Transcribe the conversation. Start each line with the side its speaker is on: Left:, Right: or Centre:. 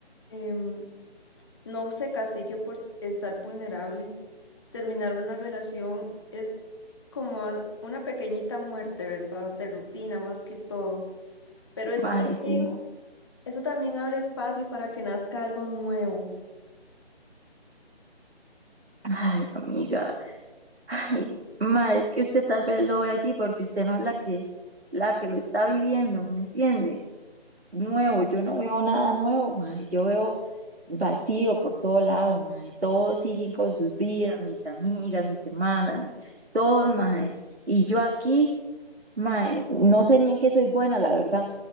Left: Em, no se castigue por estar vulnerable. Terminar una relación es como a- una pequeñita muerte, ¿verdad? De rutina más que todo. Pero eso
Right: ma,
Left: también,
Right: sí.
Left: eso también abre espacio para que nazca algo nuevo.
Right: Ay, amiga. Ay, ma, es que usted tal vez lo ve así porque usted no es la que, la que lo está viviendo, ¿me entiende? Nuevo, yo no veo nada nuevo, ma, yo veo vacío por todo lado, ma, todos siguen con sus vidas, mis amigas, mis hermanas, todos, ma, y yo aquí, ma, no sé ni en qué soy buena, la verdad.